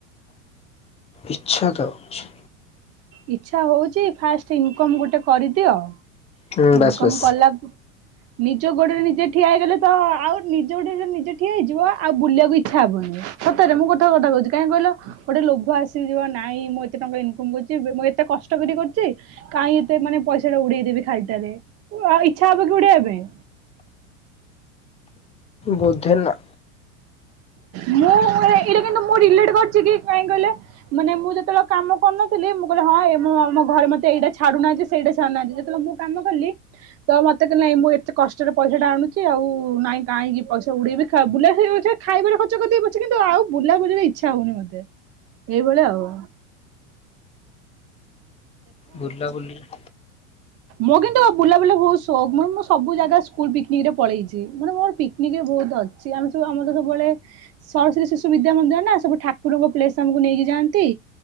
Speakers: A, on the left; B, on the right.
A: ଇଚ୍ଛା ତ ଅଛି।
B: ଇଚ୍ଛା ହଉଛି ଫାଷ୍ଟ ଇନକମ ଗୋଟେ କରିଦିଅ
A: ହୁଁ ବାସ୍
B: ଇନକମ
A: ବାସ୍
B: କଲା ନିଜ ଗୋଡରେ ନିଜେ ଠିଆ ହେଇଗଲେ ତ ଆଉ ନିଜ ଗୋଡରେ ନିଜେ ଠିଆ ହେଇଯିବ ଆଉ ବୁଲିବାକୁ ଇଛା ହବନି। ସତ ମୁ ଗୋଟେ କଥା କହୁଚି କାହିଁ କହିଲ ଗୋଟେ ଲୋଭ ଆସି ଯିବ ନାଇଁ ମୁଁ ଏତେ ଟଙ୍କା ଇନକମ୍ କରୁଚି ମୁଁ ଏତେ କଷ୍ଟ କରି କରୁଚି କାଇଁ ଏତେ ମାନେ ପଇସା ଟା ଉଡେଇଦେବି ଖାଲିଟାରେ ଆଉ ଇଚ୍ଛା ହବ କି ଉଡେଇବା ପାଇଁ।
A: ବୋଧେ ନା।
B: ମୁଁ ଏଇଟା କିନ୍ତୁ ମୁଁ ରିଲେଟ କରଛି କି କାଇଁ କହିଲେ ମାନେ ମୁଁ ଯେତେବେଳେ କାମ କରୁନଥିଲି ମୁଁ କିହିଲି ହଁ ଏମ ଆମ ଘରେ ମତେ ଏଇଟା ଛାୁଡୁ ନହାନ୍ତି ସେଇଟା ଛାୁଡୁ ନାହାନ୍ତି ଯେତେବେଳେ ମୁଁ କାମ କଲି ତ ମତେ କି ନାଇଁ ମୁଁ ଏତେ କଷ୍ଟରେ ପଇସା ଟା ଆଣୁଚି ଆଉ ନାଇଁ କାହିଁକି ପଇସା ଉଡେଇବି। ଖା ବୁଲା ଖାଇବାର ଖର୍ଚ କରିଦେବି ପଛେ କିନ୍ତୁ ଆଉ ବୁଲା ବୁଲିରେ ଇଛା ହଉନି ମତେ। ଏଇଭଳିଆ ଆଉ।
A: ବୁଲା ବୁଲିରେ
B: ମୁଁ କିନ୍ତୁ ବୁଲାବୁଲି ବୋହୁତ ଶୋକ ମାନେ ମୁଁ ସବୁ ଜାଗା ସ୍କୁଲ ପିକନିକ ରେ ପଳେଇଛି ମାନେ ମୋର ପିକନିକରେ ବହୁତ୍ ଅଧି ସିଏ ଆମେ ସବୁ ଆମର ତ ସବୁବେଳେ ସରସ୍ଵତୀ ଶିଶୁ ବିଦ୍ୟା ମନ୍ଦିର ନା ସବୁ ଠାକୁରଙ୍କ ପ୍ଲେସ୍ ଆମକୁ ନେଇକି ଯାଆନ୍ତି।